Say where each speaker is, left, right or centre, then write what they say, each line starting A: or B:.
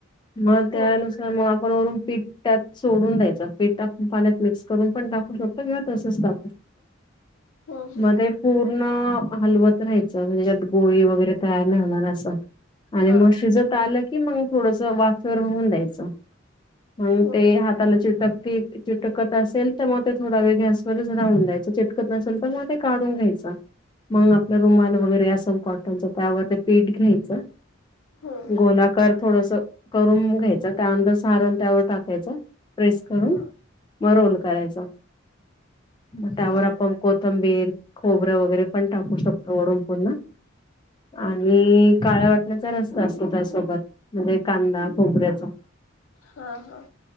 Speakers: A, on the left (about 25°); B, on the left (about 80°).
A: मग
B: हम्म
A: त्यानुसार तर मग आपण वरून पीठ त्यात सोडून द्यायचं पीठात पाण्यात मिक्स करून पण टाकू शकतो किंवा तसच टा
B: <unintelligible> हम्म हम्म.
A: म ते पूर्ण हलवत त रहायचं गोळी वगैरे तयार नाही होणार अस आणि
B: हा
A: म शिजत आलं की की मग थोडस वाफेर होन द्यायचं मग
B: हम्म
A: ते हाताला चिटक ते चिटकत असेल तर मग ते थोडा वेळ गॅसवरच राहून द्यायच चिटकत नसेल तर मग ते काढून घ्यायच मग रुमाल वगैरे असेल कॉटनच त्यावर ते पीठ घ्यायचं
B: हम्म
A: गोलाकर थोडस करून घ्यायच त्यानंतर सारण त्यावर टाकायच प्रेस करून,
B: हा
A: म रोल करायचा मग त्यावर
B: हा
A: आपण को थंबीर खोबरं वगैरे पण टाकू शकतो वरुन पुन्हा आणि काळ्या वाटण्याचा रस्सा असतो त्यासोबत म्हणजे कांदा, खोबऱ्याचा.
B: हा, हा